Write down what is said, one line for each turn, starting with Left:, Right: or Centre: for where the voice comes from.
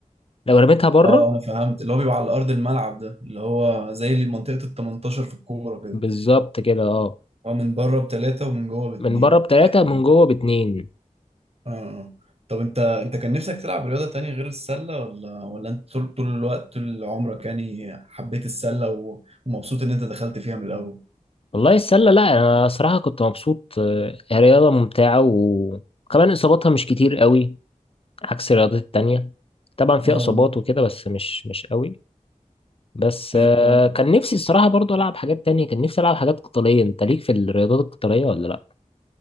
Left: لو رميتها بره
Right: اه انا فهمت اللي هو بيبقى على ارض الملعب ده اللي هو زي اللي منطقة ال 18 في الكورة كده
Left: بالظبط كده اه
Right: هو من بره بتلاتة ومن جوه باتنين
Left: من بره بتلاتة
Right: ايوه
Left: من جوه باتنين
Right: اه آه. طب انت انت كان نفسك تلعب رياضة تانية غير السلة ولا ولا انت طول طول الوقت طول عمرك يعني حبيت السلة و- ومبسوط ان انت دخلت فيها من الاول
Left: والله السلة لا أنا صراحة كنت مبسوط آه، هي رياضة ممتعة وكمان إصاباتها مش كتير قوي عكس الرياضات التانية طبعا فيها
Right: اه
Left: إصابات وكده بس مش مش قوي بس
Right: ايوه
Left: آه،
Right: فاهم.
Left: كان نفسي الصراحة برضو ألعب حاجات تانية كان نفسي ألعب حاجات قتالية أنت ليك في الرياضات القتالية ولا لأ؟